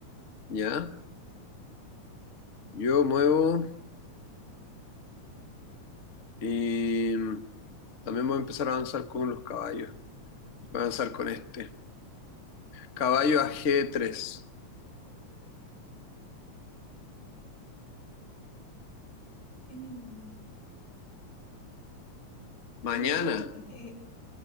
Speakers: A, on the left; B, on the left.
A: Ya. Yo muevo. eh, También voy a empezar a avanzar con los caballos. Voy a avanzar con este. Caballo a G3.
B: Tienen-
A: Mañana.
B: Oye, tú, eh,